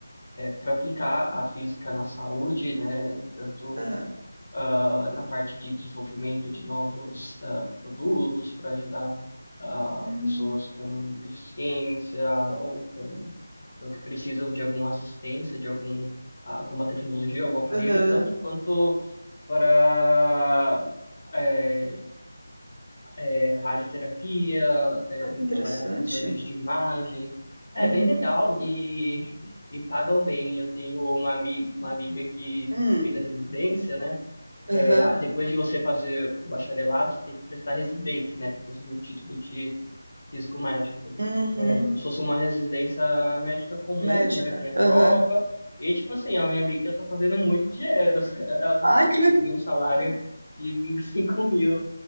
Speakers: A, on the left; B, on the right.
A: para aplicar a física na saúde, né, tanto
B: Hã.
A: ah, na parte de desenvolvimento de novos ah, produtos para ajudar ah,
B: Hum.
A: pessoas com deficiência ou com ou que precisam de alguma assistência, de algum alguma tecnologia, algum aparelho,
B: Aham.
A: tanto quanto para é, é, radioterapia, é,
B: Ah, que interessante.
A: trabalhar com exames de imagem. É
B: Uhum.
A: bem legal e, e pagam bem. Eu tenho um ami- uma amiga que
B: Hum.
A: fez a residência, né? É,
B: Aham.
A: a- depois de você fazer o bacharelado, você tem que prestar residência, né? Para conseguir o título de físico médico.
B: Uhum.
A: É como se fosse uma residência médica comum,
B: Médica.
A: né? Tem a
B: Aham.
A: prova. E, tipo assim, a minha amiga tá fazendo muito dinheiro. <laughs> Ela consi-
B: Ai, que le
A: conseguiu um salário de 25 mil.